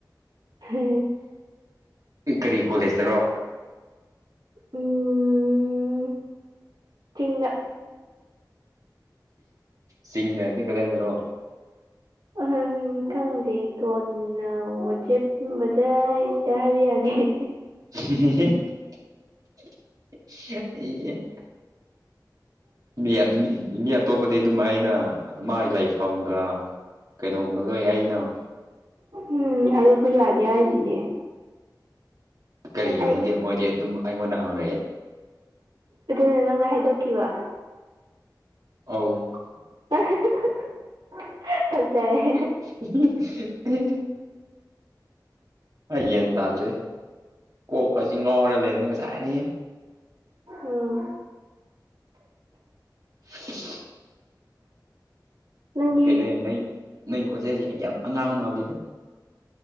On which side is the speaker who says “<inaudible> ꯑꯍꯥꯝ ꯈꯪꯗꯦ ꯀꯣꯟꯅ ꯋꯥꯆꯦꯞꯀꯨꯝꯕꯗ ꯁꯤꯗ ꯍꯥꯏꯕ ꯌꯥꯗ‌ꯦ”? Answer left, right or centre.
Right